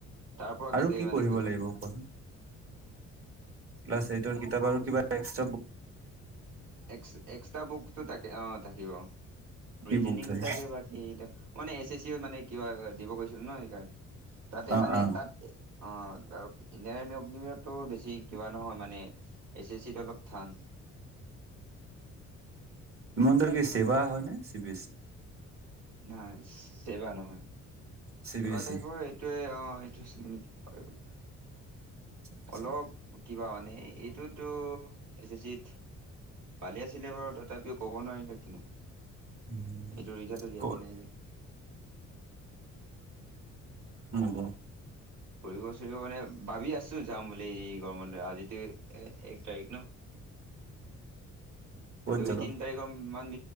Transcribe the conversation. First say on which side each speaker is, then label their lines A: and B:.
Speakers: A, on the right; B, on the right.
A: তাৰ পৰা
B: আৰু
A: কাতে
B: কি
A: মানে
B: পঢ়িব
A: কৈছেন
B: লাগিব কোৱাচোন? ক্লাছ এইটৰ কিতাপ আৰু কিবা তেকচ
A: এক্স‌ এক্সট্ৰা বুকটো থাকে অ থাকিব
B: কি
A: ৰিজনিংটো
B: বুক থাকে?
A: তাকে বাকী মানে এছ এছ চি মানে কিবা দিব গৈছিলো ন সেইকাৰণ তাতে
B: অ
A: মানে
B: অ
A: তাত অ আৰু ইণ্ডিয়ান আৰ্মি অগ্নিমো বেছি কিবা নহয় মানে এইচ এছ চিত অলপ থান
B: আচ্ছাচেৱা হয় নে চি বি ই?
A: নাই চেবা নহয়
B: চি
A: চেবা
B: বি এছ ই
A: ক এইটোয়ে অ অ এইটোৱেই চিগনিগ পাৰ বুলি কয়
B: আচ্ছা
A: অলপ কিবা মানে এইটোতো এচ চিত পালি আছিলে বাৰু তথাপিও ক'ব নোৱাৰিলে কিনো
B: উম
A: এইটো ৰিজাটো দিয়াকে
B: ক'ত
A: নাই যে
B: উম
A: ফুৰিব চুৰিব মানে ভাবি আছো যাম বুলি এই গৰম আজিতো এক তাৰিখ ন-
B: ক'ত
A: দুই
B: যাবা?
A: তিনি তাৰিখৰ মান